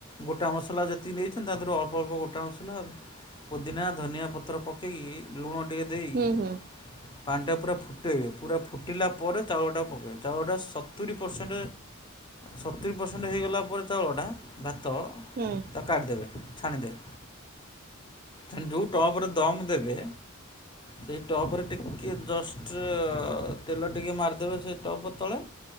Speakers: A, on the left (about 20°); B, on the right (about 45°).
A: ଗୋଟା ମସଲା ଯେତିକି ନେଇଛନ୍ତି ତା ଦେରେ ଅଳ୍ପ ଅଳ୍ପ ଗୋଟା ମସଲା ପୁଦିନା ଧନିଆ ପତ୍ର ପକ ପକି ଲୁଣ ଟିକେ ଦେଇକି
B: ହୁଁ ହୁଁ
A: ପାଣିଟା ପୁରା ଫୁଟେଇବେ ପୁରା ଫୁ ଫୁଟିଲା ପରେ ଚାଉଳଟା ପକେଇବା ଚାଉଳଟା ସତୁରି ପରସେଣ୍ଟ ସତୁରି ପରସେଣ୍ଟ ହେଇଗଲା ପରେ ଚାଉଳଟା ଭାତ
B: ହୁଁ
A: ତାକୁ କାଢ଼ିଦେବେ। ଛାଣିଦେବେ ଯେଉଁ ଟପ୍ରେ ଦମ୍ ଦେବେ ସେଇ ଟପରେ ଟିକ କିଏ ଜଷ୍ଟ ତେଲ ଟିକିଏ ମାରିଦେବେ ସେ ଟପ୍ ତଳେ